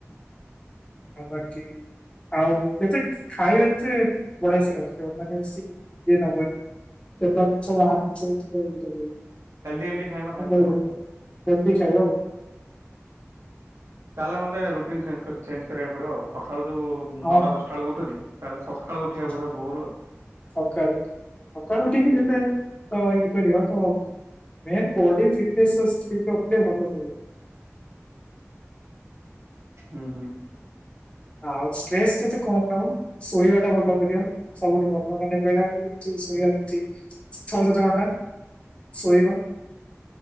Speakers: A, on the left; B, on the right.
A: ଆଉ, ବାକି ଆଉ ଯେତିକ୍ ଖାଇବା ଯେତିକ୍ ବଢିଆ ସେ ରଖିବ। କାଇଁ, ନା ବେଶୀ ଇଏ ନବନି। ତେଲ ଜିନିଷ, ବାହାର ଜିନିଷ ଯେତିକି ଇଏ କରିବ।
B: ହେଲ୍ଦି ହେଲ୍ଦି ଖାଇବା
A: <unintelligible>
B: ଖାଦ୍ୟ ଆଉ।
A: ହେଲ୍ଦି ଖାଇବଆଉ।
B: ତାହେଲେ, ମତେ ରୁଟିନ୍ ଚେଞ୍ଜ କରି ଚେଞ୍ଜ କରିବାକୁ ପଡିବ ଆଉ। ସକାଳୁ ଯୋଉ
A: ହଁ
B: ନଅଟା ଦଶଟା ଳକୁ ଉଠୁଛି। ତାହେଲେ ସକ ଖାଳୁ ଉଠିବାକୁ
A: ହଁ ହଁ
B: ପଡିବ ଭୋରରୁ ଆଉ।
A: ସକାଳୁ! ସକାଳୁ ଉଠିକି ଯେତେ ତ ଇଏ କରିବ, ତ ମେନ୍ ବଡି ଫିଟନେସ୍ ସସ୍ ଠିକ୍ ରଖିଲେ ଭଲ ସବୁ।
B: ହୁଁ, ହୁଁ।
A: ଆଉ ଷ୍ଟ୍ରେସ୍ ଯେତେ କମ ନବ। ଶୋଇବା ଟା ଭଲ କରିବ। ସବୁଠୁ ଭଲ ମାନେ ବେଳା ବେଳି ଯେମତି ଶୋଇବା ଯେମିତି, ଛଅ ସାତ ଘଣ୍ଟା ଶୋଇବ।